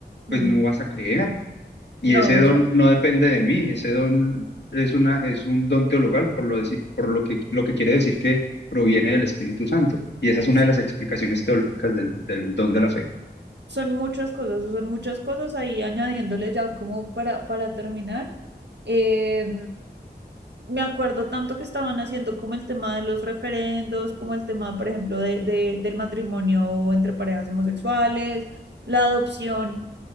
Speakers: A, on the right; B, on the left.
A: mm,
B: pues no vas a creer. Y
A: no,
B: ese don
A: o sea,
B: no depende de mí, ese don es una, es un don teologal, por lo, deci- por lo que, lo que quiere decir que proviene del Espíritu Santo. Y esa es una
A: sí.
B: de las explicaciones teológicas del, del don de la fe.
A: Son muchas cosas, son muchas cosas ahí añadiéndole ya como para, para terminar. eh, me acuerdo tanto que estaban haciendo como el tema de los referendos, como el tema, por ejemplo, de, de- del matrimonio entre parejas homosexuales, la adopción